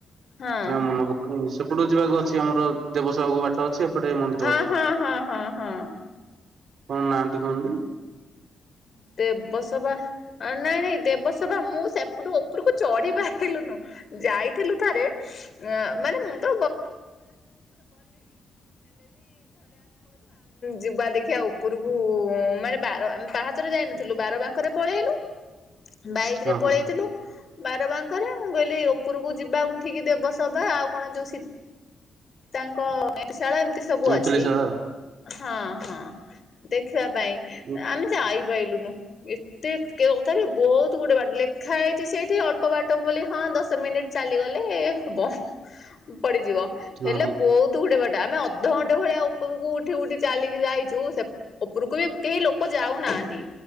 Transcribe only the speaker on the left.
ହଁ।
ହଁ
ହଁ ହଁ ହଁ ହଁ।
ଦେବସଭା ନାଇଁ ନାଇଁ ଦେବସଭା ମୁଁ ସେପ୍ ସେପଟୁ ଉପରକୁ ଚଢି ପାଇଲୁନୁ ଯାଇଥିଲୁ ଥରେ। ୟାଁ ମାନେ ମୁଁ । ଯିବା ଦେଖିଆ ଓପୁରୁକୁ ମାନେ ବାର ଆମେ ପାହା ଚରେ ଯାଇନଥିଲୁ ବାର ବାଙ୍କରେ ପଳେଇଲୁ ବାଇକ୍
ରେ ପଳେଇଥିଲୁ
ବାରବାଙ୍କରେ ମୁଁ କହିଲି ଓପୁରୁକୁ ଯିବା ଉଠିକି ଦେବସଭା ଆଉ କଣ ଯୋଉ ସୀ ତାଙ୍କ ମେଟ ଶାଳା ଏମିତି ସବୁ
ଅଛି। ହଁ ହଁ ଦେଖିବା ପାଇଁ
ଆମେ ଯାଇପାଇଲୁନୁ। ଏତେ କେ ଅଥାପି ବହୁତ ଗୁଡ଼େ ବା ଲେଖା ହେଇଚି ସେଇଠି ଅଳ୍ପ ବାଟ ବୋଲି ହଁ ଦଶ ମିନିଟ୍ ଚାଲିଗଲେ ହବ ପଡ଼ିଯିବ।
ହେଲେ
ବୋହୁତ ଗୁଡ଼େ ବା ଆମେ ଅଧଘଣ୍ଟେ ଭଳିଆ ଓପୁରୁକୁ ଉଠି ଉଠି ଚାଲିକି ଯାଇଚୁ ସେ ଓପୁରୁକୁ ବି କେହି ଲୋ କ ଯାଉନାହାନ୍ତି